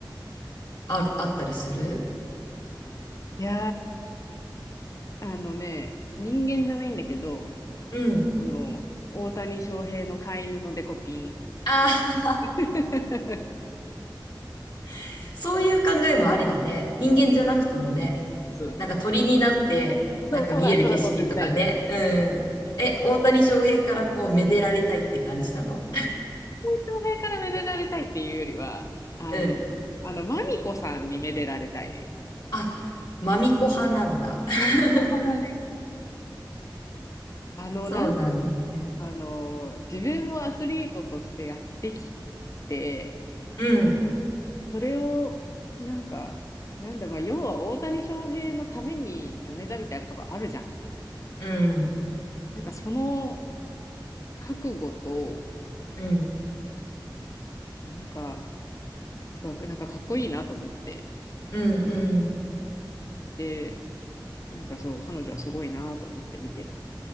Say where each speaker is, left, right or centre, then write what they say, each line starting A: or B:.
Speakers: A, on the left; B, on the left.
A: あ、あったりする
B: いやー、あのね、人間じゃないんだけど、
A: うん。
B: あの、大谷翔平の飼い犬のデコピン。
A: ああ、
B: <laughs>
A: <laughs> そういう考えもありだね。人間じゃなくともね。
B: そうそう。
A: なんか鳥になって、なんか見える景色とかね。
B: そう、空、空飛んでみたいとか言って。
A: うん。え、大谷翔平からこう、めでられたいって感じなの
B: 翔平からめでられたいっていうよりは、あの、
A: うん。
B: あの、マミコさんにめでられたいね。
A: あ、マミコ派なんだ。<laughs>
B: マミコからね、あの、
A: そうなんだね。
B: なん、あの、自分もアスリートとしてやってきて、
A: うん。
B: それを、なんか、なんだ、まあ、要は大谷翔平のために辞めたみたいなとこあるじゃん。
A: うん、
B: なんかその覚悟と、
A: うん、
B: なんか、が、なんかかっこいいなと思って。
A: うん、うん、
B: で、なんかそう、彼女はすごいなと思って見てる。